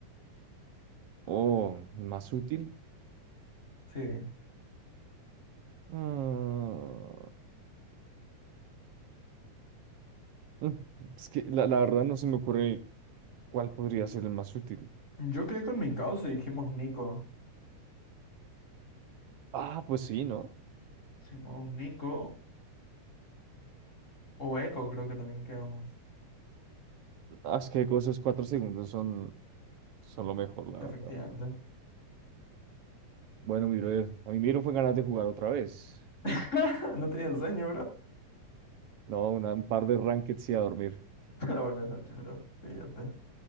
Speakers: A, on the right (about 70°); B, on the left (about 20°).
A: Oh, más útil.
B: Sí.
A: Ah, mm, es que la, la verdad no se me ocurre cuál podría ser el más útil.
B: Yo quedé con mi causa y dijimos Nico.
A: Ah, pues sí, ¿no?
B: Dijimos Nico o Echo creo que también quedamos.
A: Ah, Es que esos cuatro segundos son, son lo mejor, la verdad.
B: Efectivamente.
A: Bueno, mi brother, a mí me dieron fue ganas de jugar otra vez.
B: <laughs> No tenía sueño, bro.
A: No, una- un par de rankeds y a dormir,
B: <laughs> Buenas noches, bro. Fíjate.